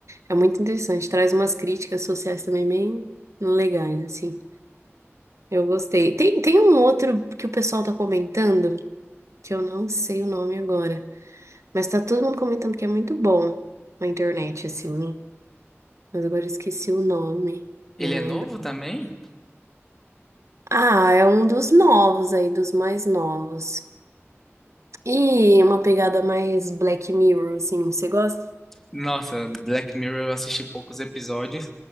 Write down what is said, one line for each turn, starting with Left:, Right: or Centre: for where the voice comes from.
Right: é muito interessante. Traz umas críticas sociais também bem legais, assim. Eu gostei. Tem, tem um outro que o pessoal tá comentando, que eu não sei o nome agora, mas tá todo mundo comentando que é muito bom na internet, assim, né? Mas agora eu esqueci o nome,
Centre: Ele
Right: já não
Centre: é novo
Right: lembro.
Centre: também?
Right: Ah, é um dos novos aí, dos mais novos. E uma pegada mais Black Mirror, assim, você gosta?
Centre: Nossa, Black Mirror eu assisti poucos episódios,